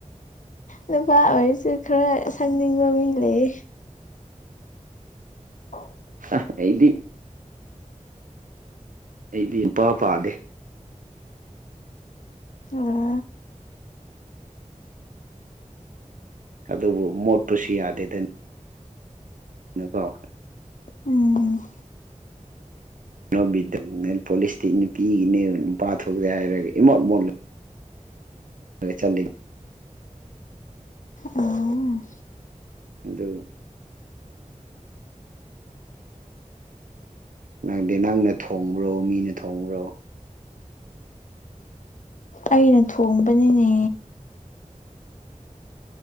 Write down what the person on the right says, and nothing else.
ꯑ ꯑꯩꯗꯤ ꯑꯩꯗꯤ ꯏꯄꯥ ꯄꯥꯗꯦ
ꯑꯗꯨꯕꯨ ꯃꯣꯠꯄꯁꯤ ꯌꯥꯗꯦꯗ ꯅꯀꯣ
<unintelligible> ꯅꯦꯜ ꯄꯣꯂꯤꯁꯇꯤ ꯅꯨꯄꯤꯒꯤꯅꯦꯕ ꯅꯨꯄꯥ ꯊꯣꯛꯇꯦ ꯍꯥꯏꯔꯒ ꯏꯃꯣꯠ ꯃꯣꯠꯂ <unintelligible>
ꯑꯗꯨ ꯅꯪꯗꯤ ꯅꯪꯅ ꯊꯣꯡꯕ꯭ꯔꯣ ꯃꯤꯅ ꯊꯣꯡꯕ꯭ꯔꯣ